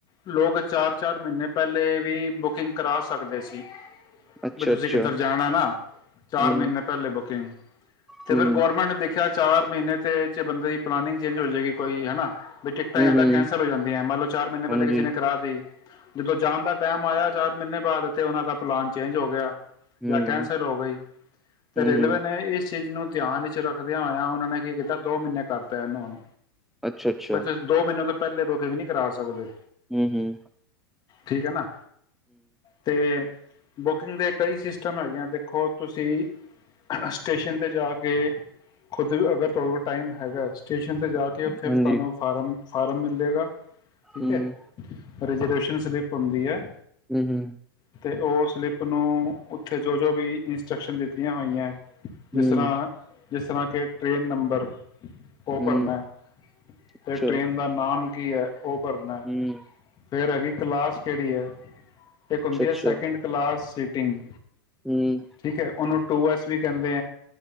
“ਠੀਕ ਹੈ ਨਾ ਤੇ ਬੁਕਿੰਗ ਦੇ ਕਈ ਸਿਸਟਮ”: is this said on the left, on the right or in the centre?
Left